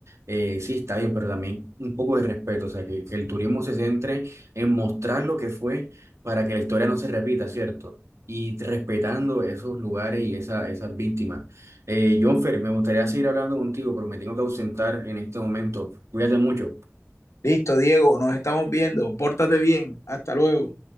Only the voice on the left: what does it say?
Listo, Diego, nos estamos viendo. Pórtate bien. Hasta luego.